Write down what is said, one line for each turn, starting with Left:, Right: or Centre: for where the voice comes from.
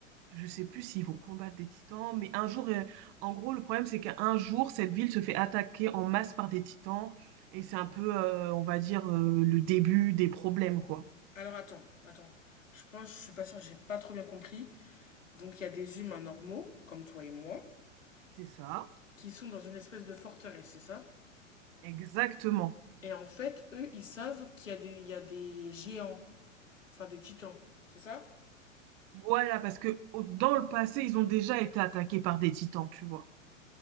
Right: je sais plus s'ils vont combattre des titans, mais un jour, euh, en gros, le problème, c'est qu'un jour, cette ville se fait attaquer en masse par des titans. Et c'est un peu, euh, on va dire, euh, le début des problèmes, quoi.
Left: Alors attends, attends. Je pense, je suis pas sûre, j'ai pas trop bien compris. Donc il y a des humains normaux, comme toi et moi,
Right: C'est ça.
Left: qui sont dans une espèce de forteresse, c'est ça?
Right: Exactement.
Left: Et en fait, eux, ils savent qu'il y a des, il y a des géants, enfin des titans, c'est ça?
Right: Voilà, parce que au- dans le passé, ils ont déjà été attaqués par des titans, tu vois.